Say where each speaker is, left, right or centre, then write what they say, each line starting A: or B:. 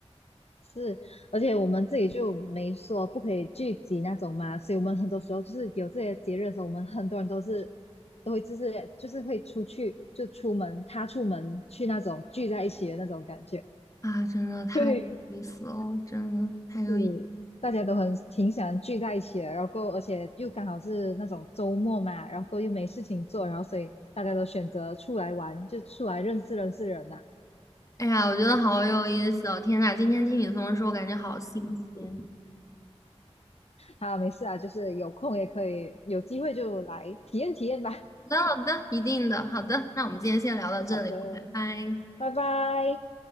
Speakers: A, on the left (about 70°); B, on the left (about 30°).
A: 是，而且我们自己就没说不可以聚集那种嘛，所以我们很多时候就是有这些节日的时候，我们很多人都是都会就是就是会出去就出门，他出门去那种聚在一起的那种感觉，
B: 啊，真的太有意思了，
A: 对，
B: 真的太有意，
A: 是大家都很挺想聚在一起的，然后而且又刚好是那种周末嘛，然后又没事情做，然后所以大家都选择出来玩，就出来认识认识人啊
B: 哎呀，我觉得好有意思哦！天呐，今天听你这么说，我感觉好新鲜。
A: 好，没事啊，就是有空也可以，有机会就来体验体验吧。
B: 好的，好的，一定的，好的，那我们今天先聊到这里，
A: 好的，
B: 拜拜。
A: 拜拜。